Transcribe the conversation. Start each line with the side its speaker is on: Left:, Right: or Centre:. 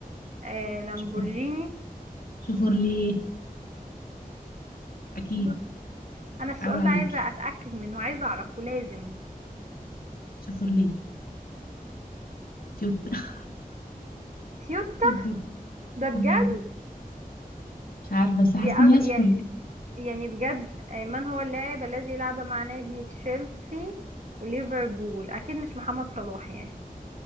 Right: آه لامبورجيني
Left: شوفوا شوفوا ليه أكيد
Right: ب- انا السؤال
Left: عيب عليكي
Right: ده عايزة اتأكد منه عايزة اعرفه لازم
Left: شوفوا ليه توت <laughs>
Right: تويوتا
Left: توت
Right: ده بجد
Left: مم. مش عارفة بس
Right: دي
Left: حاسة
Right: أج...
Left: إن هي شوفوا
Right: يعني
Left: ليه
Right: يعني بجد آه، من هو اللاعب الذي لعب مع نادي تشيلسي وليفربول اكيد مش محمد صلاح يعني